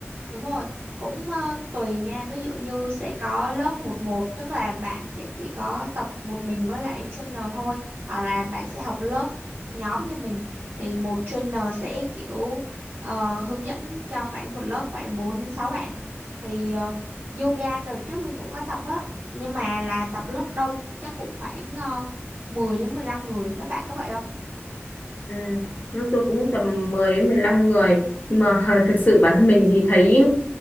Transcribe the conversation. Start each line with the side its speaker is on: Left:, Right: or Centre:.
Right: Đúng rồi, cũng ờ, tùy nha, ví dụ như sẽ có lớp một một tức là bạn sẽ chỉ có tập một mình với lại trainer thôi, hoặc là bạn sẽ học lớp nhóm như mình, thì một trainer sẽ kiểu ờ, hướng dẫn cho khoảng một lớp khoảng 4 đến 6 bạn. Thì ờ, yoga đợt trước mình cũng có tập á, nhưng mà là tập lớp đông chắc cũng khoảng uh, 10 đến 15 người, lớp bạn có vậy không?
Left: Ừ. Lúc tôi cũng tầm mười đến mười lăm người nhưng mà <laughs> thực sự bản thân mình thì thấy